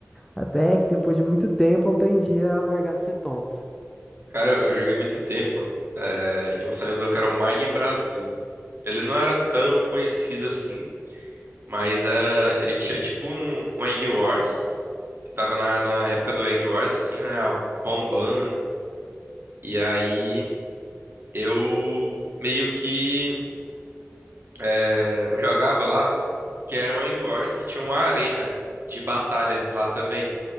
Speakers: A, in the centre; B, on the right.
A: Até que depois de muito tempo eu aprendi a largar de ser tonto.
B: Cara, eu joguei muito tempo, é, em um servidor que era o Mine Brasil. Ele não era tão conhecido assim, mas era. Ele tinha tipo um, um Egg Wars, que tava na, na época do Egg Wars, assim, né? Bombando. E aí eu meio que é, eu jogava lá. que eram Egg Wars que tinha uma arena de batalha lá também.